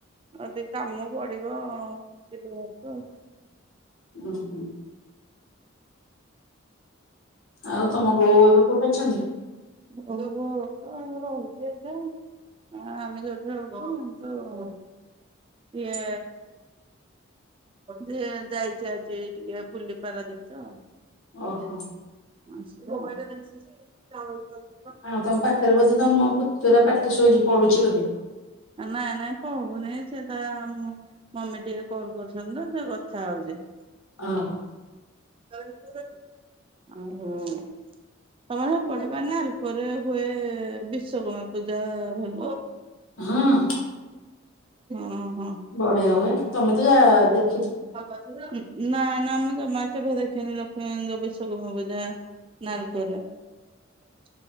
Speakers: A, on the right; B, on the left.
A: ଯଦି କାମ ପଡିବ, ଯିବି ଘରକୁ ଆଉ।
B: ଓହୋ। ଆଉ ତମ ବୋଉ ଏବେ କୋଉଠି ଅଛନ୍ତି।
A: ହ ତ ରହୁଛି ଏଇଠେ। ଆ ଆମେ ଯୋଉଠି ରହୁଚୁ। ହ ତୁ ଇଏ ଯେ ଯାଇଛି ଆଜି ଟିକେ ବୁଲି ପାରାଦୀପ ତ।
B: ଓହୋ।
A: <unintelligible>
B: ଆଉ ତମ ପାଖରେ ବୋଧେ ତମ ପୁତୁର ପାଟି ଶୁଭୁଚି, ପଢୁଛି ବୋଧେ।
A: ନାଇଁ ନାଇଁ ପଢୁନି। ସେତା ମମି ଟିକେ କଲ୍ କରୁଛନ୍ତି ତ, ସେ କଥା ହଉଛି।
B: ଓହ।
A: କଣ ପୁର ଓହୋ। ତମର ହେପଟେ ପା ନାଲକୋ ରେ ହୁଏ ବିଶ୍ଵକର୍ମା ପୂଜା ଭଲ।
B: ହଁ।
A: ହଁ ହଁ।
B: ବଢିଆ ହୁଏ। ତମେ ତ ଯା ଦେଖ
A: ଭଲ ଅଛ ତ ନା ନା ମୁଁ ଜମା କେବେ ଦେଖେିନି ଲକ୍ଷ୍ମୀନ୍ଦ ବିଶଗ ପୂଜା ନାଲକୋର। ମୁଁ ବସିଛି ଏବେ।